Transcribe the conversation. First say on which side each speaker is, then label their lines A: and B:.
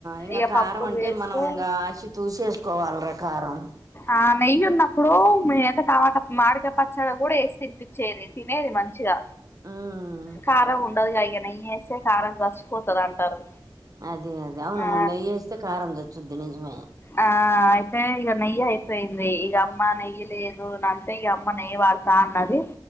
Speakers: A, on the right (about 45°); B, on the left (about 25°).
A: ఇంకా
B: ఇక
A: కారం
B: పప్పు
A: అంటే
B: చేస్తే
A: మనం ఇంకా ఆచి తూసేసుకోవాలరా కారం
B: ఆ నెయ్యి ఉన్నప్పుడు మేమైతే టమాట మాడిక పచ్చడి కూడా వేసి తినిపించేది తినేది మంచిగా
A: ఉమ్
B: కారం ఉండదుగా ఇక నెయ్య వేస్తే కారం చచ్చిపోతుంది అంటారు
A: అదే అదే అవును
B: ఆ
A: నెయ్యి వేస్తే కారం చచ్చిద్ది నిజమే
B: ఆ అయితే ఇక నెయ్యి అయిపోయింది ఇక అమ్మ నెయ్యి లేదు అని అంటే ఇక అమ్మ నెయ్యి వాడతా అన్నది